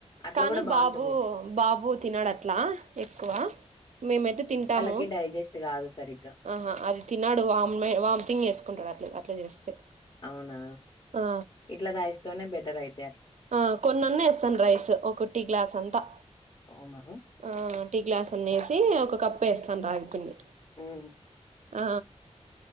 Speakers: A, on the left; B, on the right.
A: అట్లా
B: కానీ
A: కూడా బాగుంటుందిటి
B: బాబు బాబు తినడు అట్లా ఎక్కువ మేమైతే తింటాము
A: కి డైజెస్ట్ కాదు సరిగ్గా
B: ఆహా అది తినడు వామ్ మే వామిటింగ్ చేేసుకుంటాడు అట్లా అట్లా చేస్తే
A: అవునా
B: ఆ
A: ఇట్లా రైస్ తోనే బెటర్ అయిత్
B: ఆ కొన్నాన్న ఎస్తాను రైస్ ఒక టి గ్లాస్ అంతా
A: అవున హే
B: ఆ టీ గ్లాస్ అన్ని వేసి ఒక కప్పు ఎస్తాను రాగి పిండి
A: ఉమ్
B: ఆ